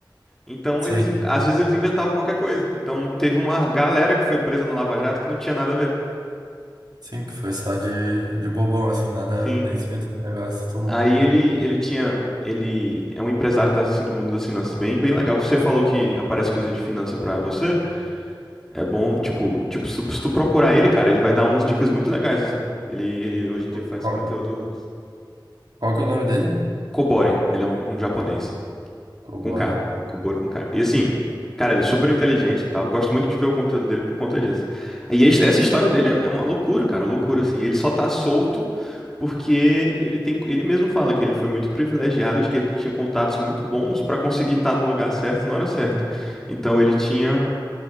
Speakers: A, in the centre; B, on the right.
A: Então,
B: Sim,
A: eles, in- às vezes eles inventavam qualquer coisa. Então, teve uma galera que foi presa no Lava Jato que não tinha nada a ver.
B: sim, que foi só de, de bobão, assim, nada,
A: Sim.
B: nem se meteu no negócio e tomou.
A: Aí ele, ele tinha, ele é um empresário da- assim, do mundo das finanças bem, bem legal. que Você falou que aparece coisa de finança pra você. É bom, tipo, tipo, se se tu procurar
B: Qual,
A: ele, cara, ele vai dar umas dicas muito legais, assim. Ele, ele hoje em dia faz
B: qual,
A: conteúdo.
B: qual que é o nome dele?
A: Kobori, ele é um, um japonês.
B: Cobore.
A: Com K. Kobori com K. E assim, cara, ele é super inteligente e tal. Gosto muito de ver o conteúdo dele por conta disso. E es- essa história dele é é uma loucura, cara, loucura, assim. Ele só tá solto porque ele tem. Ele mesmo fala que ele foi muito privilegiado de que ele tinha contatos muito bons pra conseguir estar no lugar certo na hora certa. Então ele tinha